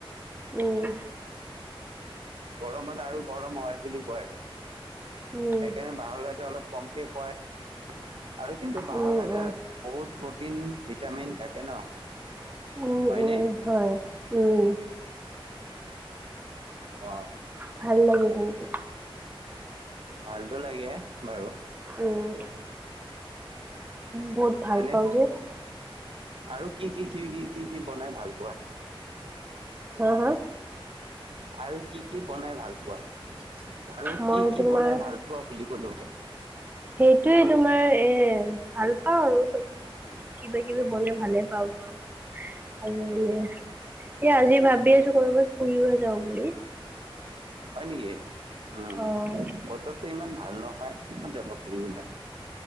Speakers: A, on the right; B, on the right.
A: উম
B: গৰম হলে আৰু গৰম হয় বুলি কয়
A: উম
B: সেইকাৰণে বাহৰ গাজে অলপ কমকে খুৱাই আৰু কিন্তু বাঁহৰ
A: উম
B: গাজৰ
A: উম
B: বহুত প্ৰটিন ভিটামিন থাকে ন
A: উম
B: হয়নে
A: উম হয় উম
B: অ
A: ভাল লাগে কিন্তু
B: ভালতো লাগে বাৰু
A: উম মই বহুত ভাল
B: এনে
A: পাওঁ যে
B: আৰু কি কি কি কি কি কি বনাই ভাল পোৱা
A: হা হা
B: আৰু কি কি বনাই ভাল পোৱা আৰু
A: মই
B: কি
A: তোমাৰ
B: কি বনাই ভাল পোৱা বুলি কলো
A: সেইটোৱে তোমাৰ এ ভাল পাওঁ আৰু চব কিবা কিবি বনাই ভালে পাওঁ আৰু আৰু এনে এ আজি ভাবি আছো কৰবাত ফুৰিব যাওঁ বুলি
B: হয় নেকি উম
A: অ
B: বতৰতো বতৰতো ইমান ভাল নহয় কত যাবা ফুৰিবলে